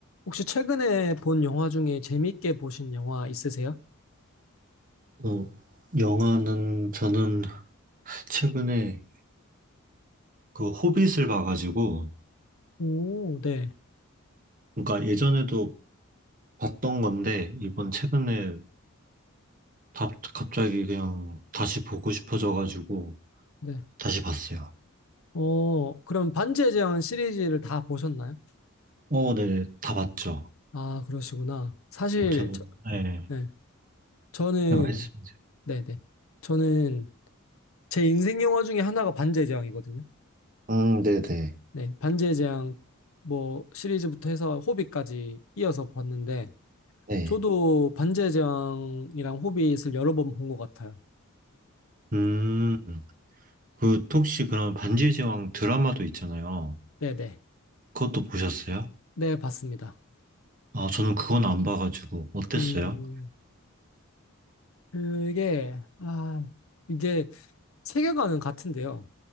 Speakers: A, on the left; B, on the right.
A: 혹시 최근에 본 영화 중에 재밌게 보신 영화 있으세요?
B: 어, 영화는 저는 최근에 그 호빗을 봐가지고,
A: 오, 네,
B: 그러니까 예전에도 봤던 건데, 이번 최근에 다- 갑자기 그냥 다시 보고 싶어져가지고,
A: 네.
B: 다시 봤어요.
A: 어, 그럼 반지의 제왕 시리즈를 다 보셨나요?
B: 어, 네, 다 봤죠.
A: 아, 그러시구나. 사실,
B: 네, 저는,
A: 저,
B: 네, 네,
A: 네. 저는,
B: 말씀이세요.
A: 네네. 저는 제 인생 영화 중에 하나가 반지의 제왕이거든요.
B: 음, 네네.
A: 네. 반지의 제왕 뭐 시리즈부터 해서 호빗까지 이어서 봤는데,
B: 네.
A: 저도 반지의 제왕이랑 호빗을 여러 번 본 것 같아요.
B: 음, 그, 혹시 그럼 반지의 제왕 드라마도 있잖아요.
A: 네네. 네,
B: 그것도 보셨어요?
A: 네, 봤습니다.
B: 아, 저는 그건 안 봐가지고, 어땠어요?
A: 음, 그게, 아, 이게 세계관은 같은데요.